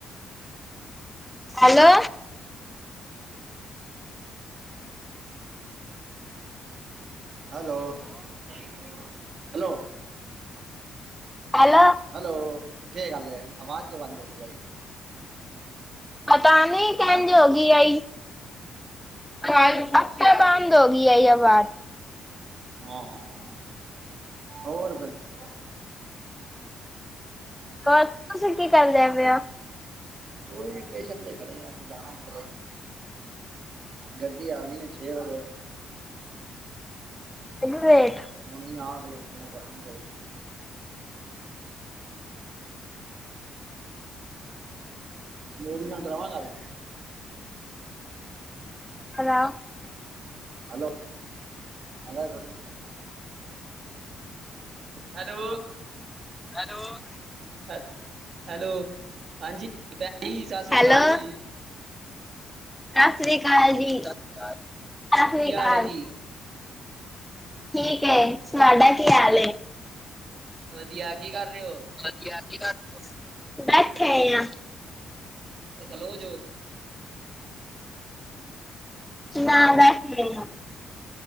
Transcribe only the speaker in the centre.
hello
hello
ਪਤਾ ਨਈ ਕੇਂਝ
ਹੋਗੀ ਆਈ, ਆਪੇ
ਬੰ ਬੰਦ ਹੋਗੀ, ਐਈ ਅਵਾਜ਼।
ਹੋਰ, ਤੁਸੀਂ ਕੀ ਕਰਦੇ ਪੈ ਓ?
ਰੁਗਰੇਟ
ਕਰਾਓ
ਹੈੋਲੋ।
ਹੈਲੋ
ਸਤਿ ਸ੍ਰੀ ਅਕਾਲ ਜੀ, ਸਤਿ ਸ੍ਰੀ
ਅਕਾਲ।
ਠੀਕ ਏ, ਤੁਹਾਡਾ ਕੀ ਹਾਲ ਏ?
ਵਧੀਆ, ਕੀ ਕਰ ਬੈਠੇ ਹੌਏ ਆ।
ਨਾ, ਬਹੀ।